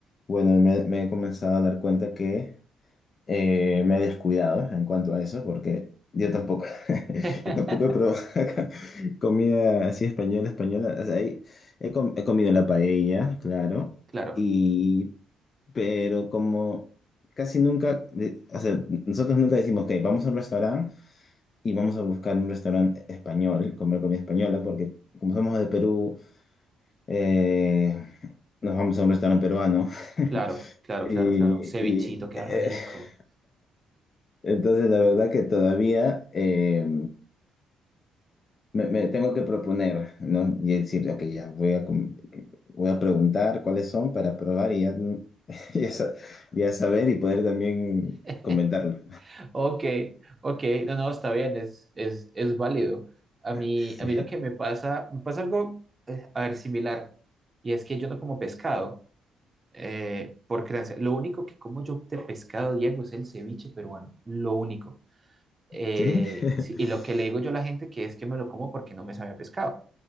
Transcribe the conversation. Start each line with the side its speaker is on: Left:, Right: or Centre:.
Left: bueno, me, me he comenzado a dar cuenta que Eh, me he descuidado en cuanto a eso, porque yo tampoco, <laughs>
Right: <laughs>
Left: yo tampoco he probado acá comida así española, española. O sea, he, he com- he comido la paella, claro,
Right: Claro,
Left: y, pero como casi nunca, de- o sea, nosotros nunca decimos, ok, vamos a un restaurante y vamos a buscar un restaurante español, comer comida española, porque como somos de Perú, eh, nos vamos a un restaurante peruano. <laughs>
Right: claro, claro,
Left: Y,
Right: claro, claro, un cevichito,
Left: y,
Right: qué
Left: <laughs>
Right: rico.
Left: Entonces, la verdad que todavía eh, me, me tengo que proponer, ¿no? Y decir, ok, ya voy a, com- voy a preguntar cuáles son para probar y ya, <laughs> ya, sa- ya saber y poder también
Right: <laughs>
Left: comentarlo.
Right: Ok, ok, no, no, está bien, es, es, es válido. A mí,
Left: Sí.
Right: a mí lo que me pasa, me pasa algo, eh, a ver, similar, y es que yo no como pescado, eh, por creencia. Lo único que como yo de pescado, Diego, es el ceviche peruano, lo único. Eh,
Left: ¿Sí? <laughs>
Right: sí, y lo que le digo yo a la gente que es que me lo como porque no me sabe a pescado.